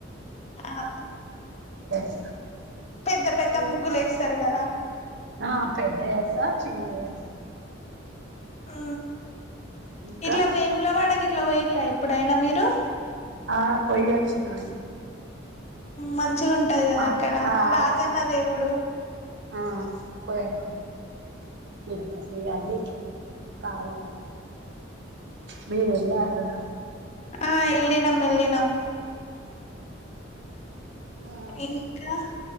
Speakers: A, on the left; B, on the right.
A: ఆ
B: ఎస్
A: పెద్ద పెద్ద
B: పూలు
A: ముగ్గులు వేస్తారు కదా
B: ఆ పెద్దవేస్తా చిన్నది వేస్తా
A: ఆ
B: ఇంకా
A: ఇట్ల వేముల బడేది ఇట్ల వేయాలా ఎప్పుడైనా మీరు
B: ఆ పోయివచ్చి నాలి
A: మంచిగా ఉంటది కదా
B: మాకు
A: అక్కడ
B: ఆ
A: రాజన్న దేవుడు
B: ఆ పోరా మీరు పతే అని కాల మీ ఎళ్వారా
A: ఆ ఎల్ల నం ఎల్లి నం
B: ఆ
A: ఇంకా